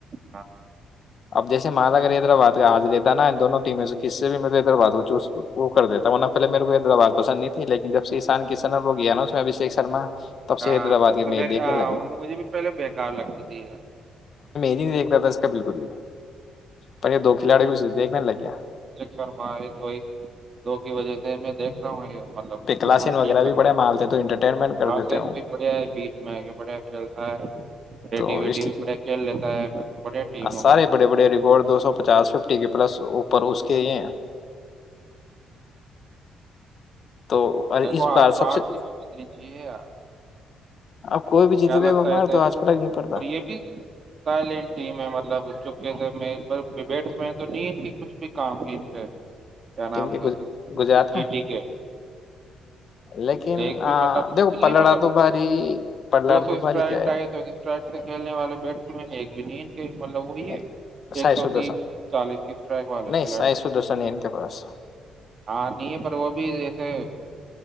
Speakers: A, on the right (about 45°); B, on the left (about 55°).
A: ہاں
B: اب جیسے مالاگ حیدرآباد کا حاج رہتا نا ان دونوں ٹیموں سے کس سے بھی میرے ایدرواز کو چوز وہ کر دیتا تھاوں نہ پہلے میرے کو ایدر آواز پسند نہیں تھی لیکن جب سے ایسان کشن اور وہ گیا نا اس میں ابھیشیک شرما تب سے
A: ہاں
B: حیدرآباد
A: جب
B: کے
A: سے
B: میچ
A: میری
B: دیکھنے
A: آ
B: لگے
A: مجھے بھی پہلے بیکار لگتی تھی
B: جی نہیں دیکھتابس بالکل ہے پر یہ دو کھلاڑے بھی ستے ایک مین لے کیا
A: شرمائے کوئی دو کی وجہ سے میں دیکھتا ہوں یہ مطلب
B: پکلاسین
A: تھوڑا
B: وغیرہ
A: ٹھیک
B: بھی
A: لگنا
B: بڑے
A: ہے
B: مالتے تو انٹرٹینمنٹ کر
A: گاسین
B: دیتے ہوں
A: بھی بڑھئے بیچ میں آ کے بڑھیا کھیلتا ہے ریڈی
B: تو
A: ویڈی
B: اس
A: بھی بڑھیا کھیل لیتا ہے بڑھیا ٹیم ہو
B: سارے
A: گئے ملب
B: بڑے بڑے ریکارڈ دو سو پچاس ففٹی کے پلس اوپر اس کے یہ تو اور
A: دیکھو
B: اس بار
A: آ تو
B: سب سے
A: آرتی بھی جتنی چاہیے یار
B: اب کوئی بھی جیتے
A: کیا
B: تھے
A: لگتا
B: وہ ہمارے
A: ہے تیرے
B: تو آج
A: کو
B: فرق نہیں پڑتا
A: پر یہ بھی سائلینٹ ٹیم ہے مطلب چپ سے میںبٹس میں تو نہ کی کچھ بھی کام کی ان سے کیا
B: کن
A: نام
B: کے
A: سے
B: گج گجرات
A: جی
B: میں
A: ٹی کے
B: لیکن
A: ایک بھی مطلب
B: دیکھو
A: نہیں
B: پلڑا
A: ہے مطلب
B: تو بھاری پلڑ
A: دو سو
B: تو بھاری
A: اسٹرائک
B: کیا ہے
A: ڈھائی سو اسٹرائک سے کھیلنے والے بیٹسمین ایک جنید مطلب وہی
B: نہیں
A: ہے
B: سائی
A: ایک سو
B: دوسن
A: تیس سو چالیس کے اسٹرائک والے
B: نہیں
A: کھلاڑی
B: سائی سو دوسن ہے ان کے پاس
A: ہاں نہیں ہے پر وہ بھی جیسے